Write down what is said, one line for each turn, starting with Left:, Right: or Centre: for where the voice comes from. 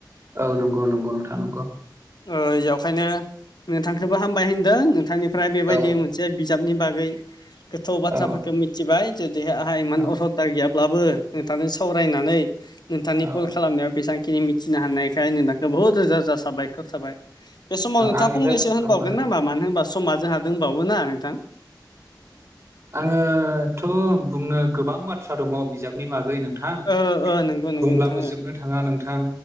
Right: औ नंगौ नंगौ नोंथां नंगौ।
Left: ओ जेवखायनो नोंथांखौबो हामबाय होनदों नोंथांनिफ्राय बेबायदि
Right: औ
Left: मो नसे बिजाबनि बागै गोथौ बाथ्राफोरखौ
Right: औ
Left: मिथिबाय जुदि आंहा इमान
Right: औ
Left: अरहथा गैयाब्लाबो नोंथांजों सावरायनानै नोंथांनि
Right: औ
Left: कल खालामनायाव बेसेबांखिनि मिथिनो हानायखाय नोंथांखौ बहुत रोजा रोजा साबायखर थाबाय बे समाव नोंथाङा
Right: आंनिफ्राय
Left: फंनैसो होनबावगोन
Right: औ औ
Left: नामा मानो होनबा समा जोंहा दंबावोना नोंथां।
Right: आङोथ' बुंनो गोबां बाथ्रा दङ बिजाब नि बागै नोंथां
Left: ओ ओ नंगौ नंगौ
Right: बुंब्लाबो
Left: नोंथां
Right: जोबनो थाङा नोंथां।